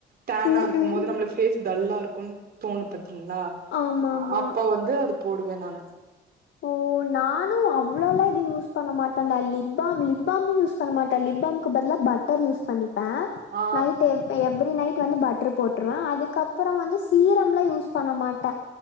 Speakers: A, on the right; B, on the left.
A: டேனா
B: ம்
A: இருக்கும்
B: ம்
A: போது நம்மளுக்கு பேஸ் டல்லா இருக்கும்னு தோணு பாத்தீங்களா
B: ஆமா ஆமா
A: அப்ப வந்து அது போடுவே நானு
B: ஓ நானும் அவ்வளோல்ல யூஸ் பண்ண மாட்டான்டா லிப்பாம் லிப்பாம்ம் யூஸ் பண்ண மாட்டான் லிப்பாம்க்கு பதில பட்டர் யூஸ் பண்ணி ப்பே
A: ஆ
B: நைட் எ எவரி நைட் வந்து பட்டரு போட்ருவே அதுக்கப்புறம் வந்து சீரம்லாம் யூஸ் பண்ண மாட்டே.